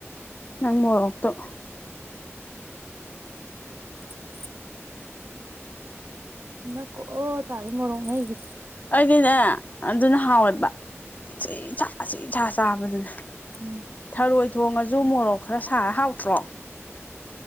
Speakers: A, on the left (about 35°); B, on the right (about 60°).
A: ꯅꯪ ꯃꯣꯔꫭꯛ ꯇꯣ
B: ꯑꯗꯨ <unintelligible> ꯅꯞꯀ ꯑꯣ ꯇꯥꯕꯤ ꯃꯔꯣꯅ ꯑꯩꯒ
A: ꯑꯩꯗꯤꯅꯦ ꯑꯗꯨꯅ ꯍꯥꯎꯋꯦꯕ ꯆꯤ ꯁꯥ ꯆꯤꯁꯥ ꯆꯥꯕꯗꯨꯅꯦ
B: ꯎꯝ
A: ꯊꯔꯣꯏ ꯊꯣꯡꯉꯁꯨ ꯃꯣꯔꯣꯛ ꯈꯔ ꯁꯥꯔ ꯍꯥꯎꯇ꯭ꯔꯣ